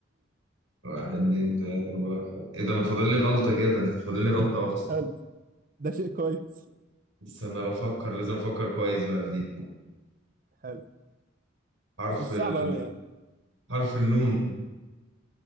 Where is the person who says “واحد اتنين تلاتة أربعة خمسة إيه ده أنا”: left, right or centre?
Right